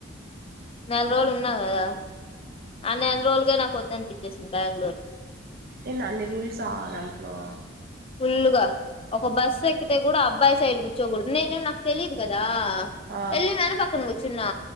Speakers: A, on the left; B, on the right.
A: నెల రోల్లు ఉన్నా కదా ఆ నెల రోల్లుకె నాకు ఒద్దు అనిపించేసింది బ్యాంగళూరు
B: ఏంది అన్ని రూల్సా దాంట్లో
A: ఫుల్లుగా ఒక బస్సు ఎక్కితే కూడా అబ్బాయి సైడ్ కూర్చోకూడదు నేనే నాకు తెలీదు కదా అ
B: ఆ
A: వెళ్ళి వెనక్ పక్కన కూచ్చున్నా